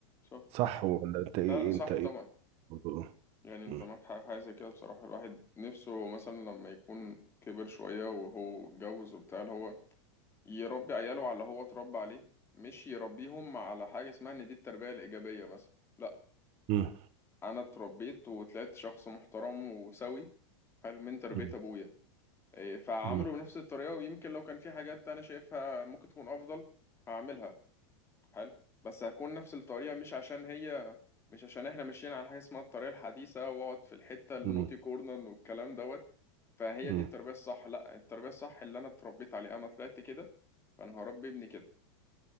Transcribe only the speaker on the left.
صح
لا لا
صح
طبعا
يعني
انت معاك حق في حاجة زي كده بصراحة الواحد نفسه مثلا لما يكون كبر شوية وهو اتجوز وبتاع اللي هو يربي عياله على اللي هو اتربى عليه مش يربيهم على حاجة اسمها ان دي التربية الإيجابية مثلا لا
أنا اتربيت وطلعت شخص محترم وسوي حلو من تربية
أبويا إيه، فعامله
بنفس الطريقة ويمكن لو كان في حاجات أنا شايفها ممكن تكون أفضل هعملها حلو بس هكون نفس الطريقة مش عشان هي مش عشان احنا ماشيين على حاجة اسمها الطريقة الحديثة واقعد في الحتة النوتي
كورنر والكلام دوت فهي
دي التربية الصح لا التربية الصح اللي انا اتربيت عليه انا طلعت كده فانا هربي ابني كده